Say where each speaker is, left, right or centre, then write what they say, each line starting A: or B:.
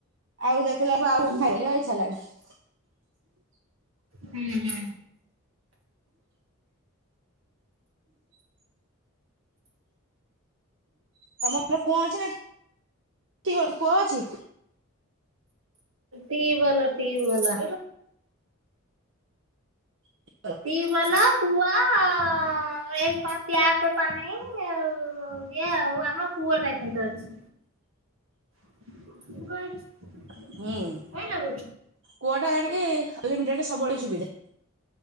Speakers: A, on the right; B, on the right.
A: ଆଉ ଦେଖିଲାବ ଆଉ କହିଇଛାରିଲାଣି। <unintelligible>
B: ହୁଁ ହୁଁ।
A: ତମର କୁଅ ଅଛି ନା କୁଅ ଅଛି।
B: ଟିଓଲ ଟିଓଲ।
A: <inaudible>
B: ଟିୱଲ କୂଅ ଅ ଏ କଣ ଟ୍ୟାପରେ ପାଣି ଆଉ ଏଇଆ ଆଉ ଆମ କୁଅ ଟା କିନ୍ତୁ ଅଛି। <inaudible>
A: ହୁଁ
B: ଅଛି
A: କୁଅ ଟା ଜାଣିକି ଅନ୍ଲିମିଟେଡ ସବୁବେଳେ ସୁବିଧା।